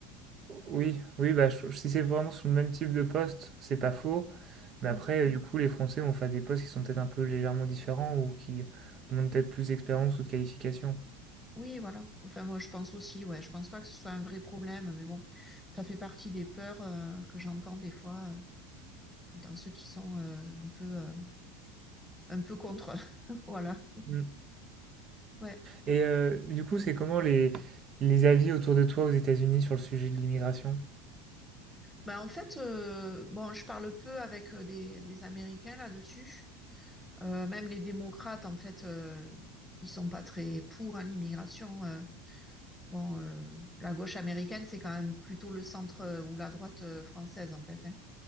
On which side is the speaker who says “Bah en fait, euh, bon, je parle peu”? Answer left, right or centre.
Centre